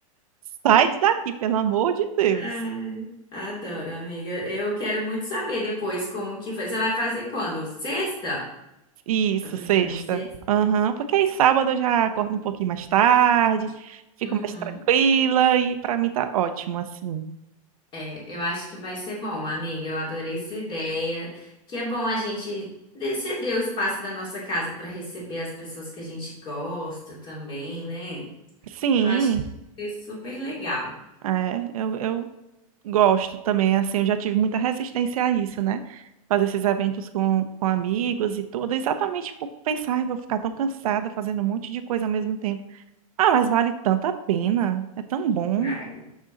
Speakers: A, on the right; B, on the left.
A: sai daqui, pelo amor de Deus.
B: ai, adoro, amiga. Eu quero muito saber depois como que foi. Você vai fazer quando? Sexta?
A: Isso,
B: Tá pensando
A: sexta.
B: em sexta?
A: Aham, porque aí sábado eu já acordo um pouquinho mais tarde, fico
B: Uhum.
A: mais tranquila e pra mim tá ótimo, assim.
B: É, eu acho que vai ser bom, amiga. Eu adorei sua ideia. Que é bom a gente de- ceder o espaço da nossa casa para receber as pessoas que a gente gosta também, né?
A: Sim,
B: Eu acho que vai ser super legal.
A: é, eu, eu Gosto também, assim, eu já tive muita resistência a isso, né? Fazer esses eventos com, com amigos e tudo, exatamente por pensar, "Ai, vou ficar tão cansada fazendo um monte de coisa ao mesmo tempo. Ah, mas vale tanta pena, é tão bom.
B: Vale.